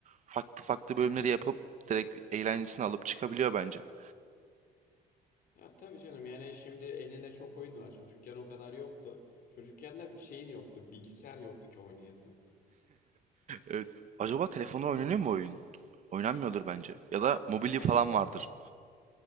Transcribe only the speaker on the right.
farklı farklı bölümleri yapıp direkt eğlencesini alıp çıkabiliyor bence. <laughs>
Evet. Acaba telefonda oynanıyor
mu oyun? Oynanmıyordur bence. Ya da mobili
falan
vardır.